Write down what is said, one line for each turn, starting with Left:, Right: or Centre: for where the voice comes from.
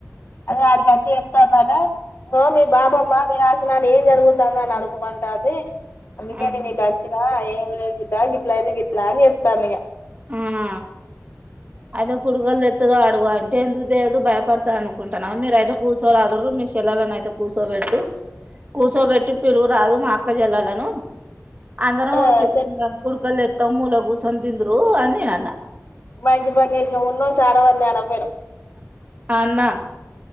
Left: అదే వాడికి వచ్చి చెప్తన్నటో మీ బాబమ్మ మీ రాసినడు ఏం జరుగుతుంద అని అడుగుమంట అది అందుకే
Right: ఆ
Left: నేను ఇటు వచ్చిన ఆ ఏం లే గా గిలా ఇది గిట్లా అని చెప్తా ఉంది ఇగ
Right: ఆ అయితే కొడుగలు తెత్తదో అడుగు అంటే ఎందుకు తెదు భయపడుతుంది అనుకుంటున్నా, మీరు అయితే కూర్చోరాదురు మీ చెల్లని అయితే కూర్చోబెట్టు కూర్చోబెట్టి పిలుగు రాదు మా అక్క చెల్లలను అందరం
Left: ఆ సరే
Right: కుడుకలుస్తాం మూల కూసోని తిందుర్ ప్పు అన్నే అన్న
Left: మంచి పని చేసినాం ఉన్నాం సారావంద అన పరు
Right: అన్నా